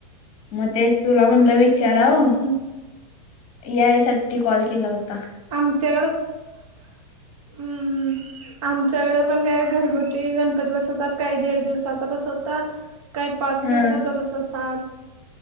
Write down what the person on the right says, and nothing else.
हम्म
आमच्यावर हम्म हम्म आमच्याकडे पण काय घरगुती गणपती बसवतात, काही दीड दिवसाचा बसवतात. काही पाच
दिवसांचा बसवतात,